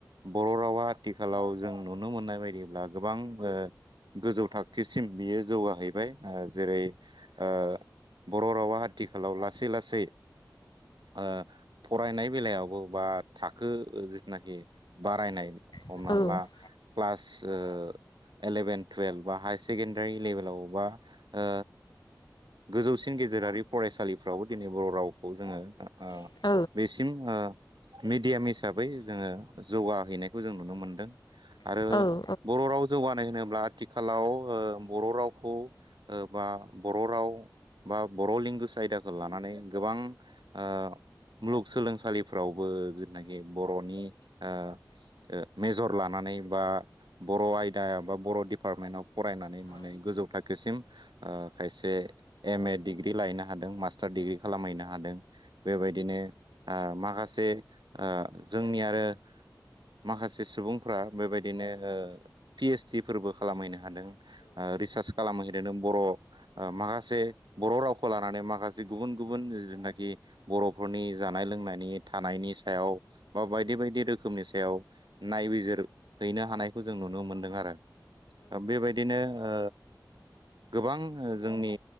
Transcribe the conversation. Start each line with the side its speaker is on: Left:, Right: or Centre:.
Right: बर' रावा आथिखालाव जों नुनो मोननाय बायदिब्ला गोबां ओ गोजौ थाखो सिम बियो जौगाहैबाय आ जेरै फि बर' रावा आथिखालाव लासै लासै ओ फरायनाय बेलायावबो बा थाखो जिथुनाखि बारायनाय हमनानै
Left: औ
Right: ला क्लास ओ इलेभेन टुवेल्भ बा हाय सेकेणडारि लेभेलाव बा ओ गोजौसिन गेजेरारि फरायसालिफ्रावबो दिनै बर' रावखौ जोङो ओ
Left: औ औ नंगौ औ
Right: बेसिम ओ मिडियाम हिसाबै जोङो जौगाहैनायखौ जों नुनो मोनदों। आरो
Left: औ
Right: बर' राव जौगानाय होनोब्ला आथिखालाव ओ बर' रावखौ बा बर' राव बा बर' लेंगुवेज आयदाखौ लानानै गोबां ओ मुलुगसोलोंसालिफ्रावबो जेनाखि बर'नि ओ ओ मेजर लानानै बा बर' आयदाया बा बर' डिपार्टमेन्टआव फरायनानै माने गोजौ थाखो -खोसिम ओ खायसे एम ए डिग्रि लायैनो हादों मास्टार डिग्रि खालामहैनो हादों। बेबायदिनो ओ माखासे ओ जोंनि आरो माखासे सुबुंफ्रा बेबायदिनो पि ओइस डि फोरबो खालामहैनो हा हादों ओ रिचार्स खालामहैदों बर' ओ माखा से बर' रावखौ लानानै माखासे गुबुन गुबुन जिनाखि बर'फोरनि जानाय लोंनायनि थानायनि सायाव बा बायदि बायदि रोखोमनि सायाव नायबिजिर हैनो हानायखौ जों नु नो मोनदों आरो। बेबायदिनो ओ गोबां जोंनि